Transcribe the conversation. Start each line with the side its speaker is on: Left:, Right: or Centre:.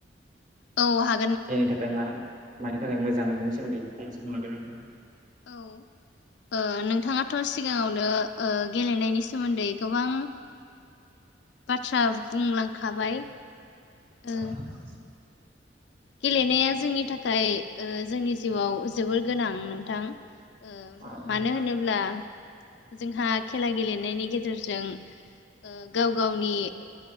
Left: औ हा
Right: जायनि थाखाय मा मानि थाखाय मोजां इनि सोमोन्दै इसे बुंदों नोंथाङा।
Left: औ ओ नोंथाङाथ' सिगाङावनो गेलेनायनि सोमोन्दै गोबां बाथ्रा बुंलांखाबाय ओ
Right: अ नोंथां।
Left: गेलेनाया जोंनि थाखाय ओ जोंनि जिउआव जोबोर गोनां नोंथां। ओ
Right: नंगौ
Left: मानो होनोब्ला जोंहा खेला गेलेनायनि गेजेरजों ओ गाव गावनि